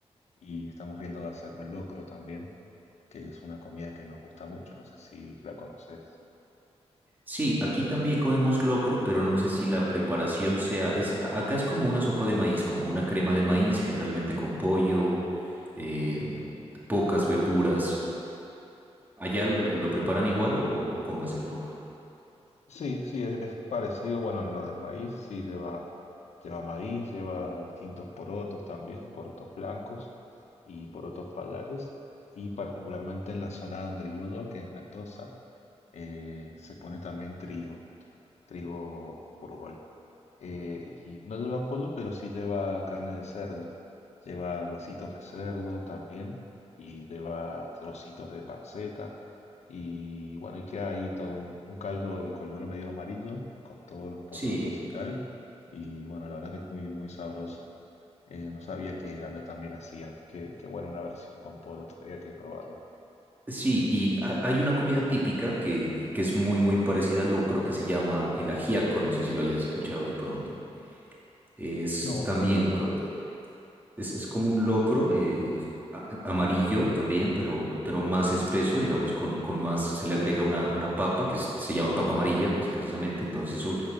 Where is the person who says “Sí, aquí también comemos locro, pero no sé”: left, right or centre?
Right